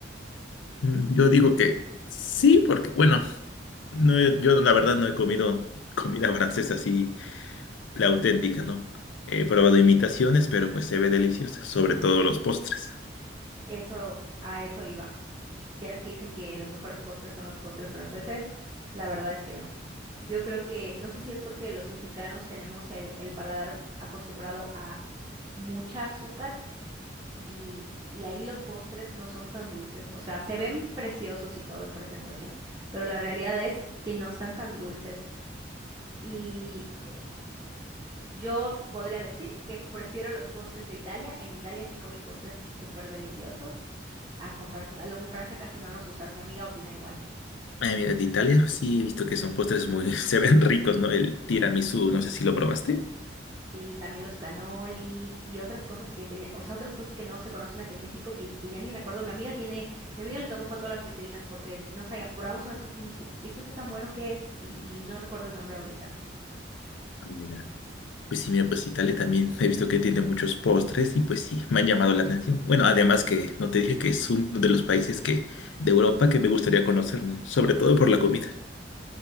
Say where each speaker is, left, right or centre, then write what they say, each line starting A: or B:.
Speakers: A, on the left; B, on the right.
A: Mm, Yo digo que sí, porque, bueno, no he- yo la verdad no he comido comida francesa así, la auténtica, ¿no? He probado imitaciones, pero pues se ve deliciosa, sobre todo los postres.
B: Eso, a eso iba. Ya es que dicen que los mejores postres son los postres franceses. La verdad es que no. Yo creo que, no sé si es porque los mexicanos tenemos el, el paladar acostumbrado a mucha azúcar y, y ahí los postres no son tan dulces, o sea, se ven preciosos y todo en presentación, pero la realidad es que no están tan dulces y eh, yo podría decir que prefiero los postres de Italia, en Italia sí comí postres súper deliciosos, a comparación a los de Francia casi no nos gustaron, mi amiga opina igual.
A: Ay, mira, de Italia sí he visto que son postres muy, <laughs> se ven ricos, ¿no? El tiramisú, no sé si lo probaste.
B: Sí, también los canolis y otras cosas que tenía, o sea, otras cosas que no se conocen aquí en México que, que ya ni recuerdo. Mi amiga tiene, mi amiga le tomó foto a las vitrinas porque no sabía, probamos unas cosas que dijimos, "Ju- esto está tan bueno que es, y, y no recuerdo el nombre ahorita.
A: Ay, mira, Pues sí, mira, pues sí, Italia también <laughs> he visto que tiene muchos postres y pues sí, me han llamado la atención. Bueno, además que no te dije que es uno de los países que de Europa que me gustaría conocer, ¿no? Sobre todo por la comida.